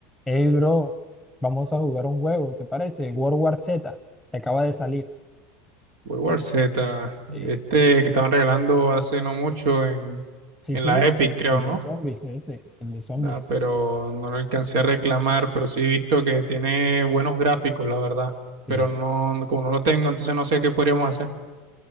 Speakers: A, in the centre; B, on the right.
A: Hey, bro, vamos a jugar un juego, ¿te parece? World War Z, que acaba de salir.
B: World War Z, este
A: Sí,
B: que estaban regalando hace no mucho en,
A: sí,
B: en
A: sí,
B: la
A: el,
B: Epic, creo,
A: el
B: ¿no?
A: de zombies, ese, el de zombies.
B: Ah, pero no lo alcancé a reclamar, pero sí he visto que tiene buenos gráficos, la verdad.
A: Sí.
B: Pero no, no- como no lo tengo, entonces no sé qué podríamos hacer.